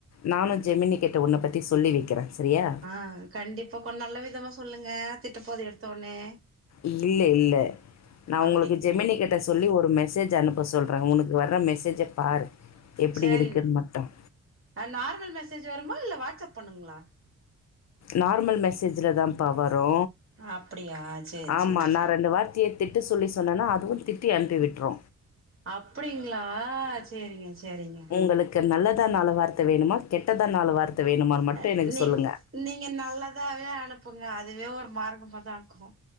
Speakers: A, on the left; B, on the right.
A: நானு ஜெமினி கிட்ட உன்னப்பத்தி சொல்லி வைக்கிறே சரியா
B: ஆ கண்டிப்பா கொஞ் நல்ல விதமா சொல்லுங்க திட்ட போது எடுத்தோனே
A: இல்ல இல்ல நா
B: அப்டிங்களா
A: உங்களுக்கு ஜெமினிகிட் ட சொல்லி ஒரு மெசேஜ் அனுப்ப சொல்றே உனக்கு வர்ற மெசேஜ பாரு எப்படி
B: செரிங்
A: இருக்குன்னு மட்டும்
B: அ நார்மல் மெசேஜ் வருமா இல்ல வாட்ஸ்அப் பண்ணுங்ளா
A: நார்மல் மெசேஜ்ல தாம்ப்பா வரு
B: அப்டியா சேரி
A: ஆம்மா
B: சேரி
A: நா
B: சேரி
A: ரெண்டு வார்த்தைய திட்டு சொல்லி சொன்னனா அதுவு திட்டி அனுப்பி விட்ரு
B: அப்பிடிங்ளா சேரிங்க சேரிங்க
A: உங்களுக்கு நல்லதா நாலு வார்த்த வேணுமா கெட்டதா நாலு வார்த்த வேணுமான்னு மட்டு
B: அ
A: எனக்கு
B: நீ
A: சொல்லுங்க
B: நீங்க நல்லதாவே அனுப்புங்க அதுவே ஒரு மார்க்கமாதா இருக்கு